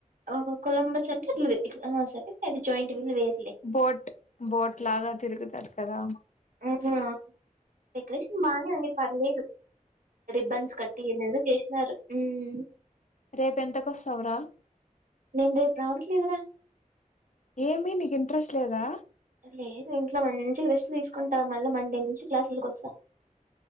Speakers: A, on the right; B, on the left.
A: ఓహో కొలంబస్ అంటే అట్ల తెల్ ఇట్లా సరే అది జాయింట్ వీలు వేర్
B: బోట్ బోట్ లాగా తిరుగుతది కదా
A: ఆహా, డెకరేషన్ బానే ఉంది పర్లేదు రిబ్బన్స్ కట్టి ఎందెందో చేసినారు హుమ్
B: రేపెంతకొస్తవు రా
A: నేన్ రేపు రావట్లేదు రా
B: ఏమి నీకు ఇంట్రెస్ట్ లేదా
A: లేదు ఇంట్లో మంచిగా రెస్ట్ తీసుకు కుంటా మళ్ళ మండే నుంచి క్లాసుల్ కొస్తా